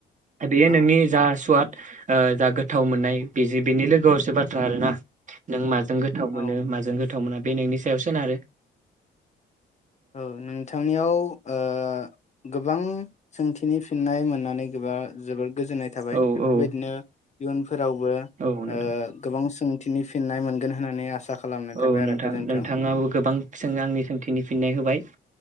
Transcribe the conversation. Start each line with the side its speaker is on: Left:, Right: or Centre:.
Right: बेयो
Left: औ
Right: नोंनि जा सुवाद ओ जा गोथाव मोननाय बि बेनि लोगोआवसो बाथ्रा आरोना नों मा जों गोथाव
Left: औ
Right: मोनो माजों गोथाव मोना बे नोंनि सायाव सोनारो।
Left: औ नोंथांनियाव ओ गोब गोबां सोंथि नि फिन्नाय मोननानै गोबा जोबोद गोजोननाय थाबाय
Right: औ
Left: बेफोरबायदिनो
Right: औ
Left: इयुनफोरावबो
Right: औ नोंथां
Left: ओ गोबां सों नि फिननाय मोनगोन होननानै आसा खालामनाय थाबाय
Right: औ नोंथां।
Left: आरो गोजोन्थों
Right: नोंथाङाबो गोबां सों आंनि सोंथिनि फिननाय होबाय